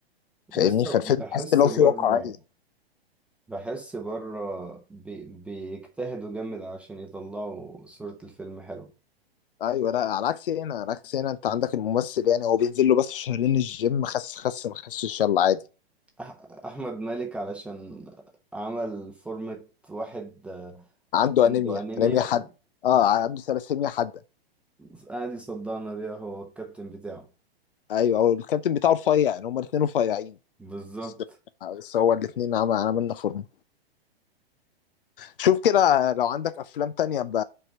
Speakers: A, on the left; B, in the centre.
A: فاهمني
B: يسطا
A: فالفيلم
B: بحس
A: تحس ان هو
B: بره
A: فيه واقعيه
B: بحس بره بي بيجتهدوا جامد علشان يطلعوا صورة الفيلم حلوة
A: ايوه لا على عكس هنا على عكس هنا انت عندك الممثل يعني هو بينزل له بس شهرين الجيم خس خس ما خسش يلا عادي
B: أح أحمد مالك علشان عمل فورمة واحد آه،
A: عنده
B: عنده
A: انيميا
B: أنيميا
A: انيميا حد اه عنده ثلاسيميا حد
B: <laughs> قاعد يصدعنا بيها هو الكابتن بتاعه
A: ايوه هو الكابتن بتاعه رفيع يعني هما الاثنين رفيعين
B: بالظبط
A: بس بس هو الاثنين عمل عملنا فورمه شوف كده لو عندك افلام تانية ب...